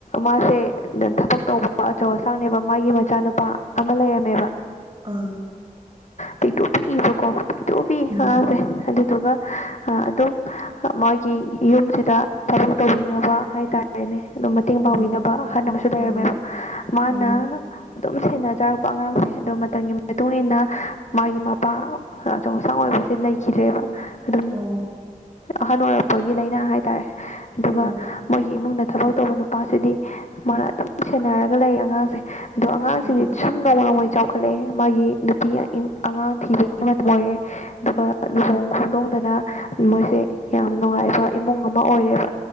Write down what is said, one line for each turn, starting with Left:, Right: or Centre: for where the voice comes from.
Left: ꯃꯥꯁꯦ ꯊꯕꯛ ꯇꯧꯕ ꯑꯆꯧ ꯑꯁꯥꯡꯅꯦꯕ ꯃꯥꯒꯤ ꯃꯆꯥꯅꯨꯄꯥ ꯑꯃ ꯂꯩꯔꯝꯃꯦꯕ
Right: ꯑꯥ
Left: ꯄꯤꯛꯇꯨ ꯄꯤꯛꯏꯕꯀꯣ ꯄꯤꯛꯇꯨ ꯄꯤꯛꯏ
Right: ꯎꯝ
Left: ꯑꯉꯥꯡꯁꯦ ꯑꯗꯨꯗꯨꯒ ꯑꯗꯨꯝ ꯃꯥꯒꯤ ꯌꯨꯝꯁꯤꯗ ꯊꯕꯛ ꯇꯧꯕꯤꯅꯕ ꯍꯥꯏꯇꯥꯔꯦ ꯍꯥꯏꯅꯩ ꯑꯗꯨꯝ ꯃꯇꯦꯡ ꯄꯥꯡꯕꯤꯅꯕ
Right: ꯎꯝ
Left: ꯑꯍꯟ ꯑꯃꯁꯨ ꯂꯩꯔꯝꯃꯦꯕ
Right: ꯎꯝ
Left: ꯃꯥꯅ
Right: ꯎꯝ ꯎꯝ
Left: ꯑꯗꯨꯝ ꯁꯦꯟꯅꯖꯔꯛꯄ ꯑꯉꯥꯡꯁꯦ ꯑꯗꯣ ꯃꯇꯝꯒꯤ ꯃꯇꯨꯡꯏꯟꯅ ꯃꯥꯒꯤ ꯃꯄꯥ ꯑꯆꯧ ꯑꯁꯥꯡ ꯑꯣꯏꯕꯁꯦ ꯂꯩꯈꯤꯗ꯭ꯔꯦꯕ ꯑꯗꯨꯝ
Right: ꯑꯣ
Left: ꯑꯍꯜ ꯑꯣꯏꯔꯛꯄꯒꯤ ꯂꯩꯅꯥ ꯍꯥꯏꯇꯥꯔꯦ ꯑꯗꯨꯒ
Right: ꯑꯣ
Left: ꯃꯣꯏꯒꯤ ꯏꯃꯨꯡꯗ ꯊꯕꯛ ꯇꯧꯕ ꯅꯨꯄꯥꯁꯤꯗꯤ ꯃꯥꯅ ꯑꯗꯨꯝ ꯁꯦꯟꯅꯔꯒ ꯂꯩꯌꯦ ꯑꯉꯥꯡꯁꯦ ꯑꯗꯣ ꯑꯉꯥꯡꯁꯤꯗꯤ
Right: ꯎꯝ
Left: ꯁꯨꯝ ꯅꯣꯡꯃ ꯅꯣꯡꯃꯒꯤ ꯆꯥꯎꯈꯠꯂꯛꯑꯦ ꯃꯥꯒꯤ ꯅꯨꯄꯤ ꯑꯉꯥꯡ ꯊꯤꯕꯒꯤ ꯃꯇꯝ ꯑꯣꯏꯔꯦ ꯑꯗꯨꯒ ꯂꯨꯍꯣꯡ ꯈꯣꯡꯗꯣꯡꯗꯅ ꯃꯣꯏꯁꯦ ꯌꯥꯝꯅ ꯅꯨꯡꯉꯥꯏꯕ ꯏꯃꯨꯡ ꯑꯃ ꯑꯣꯏꯔꯦꯕ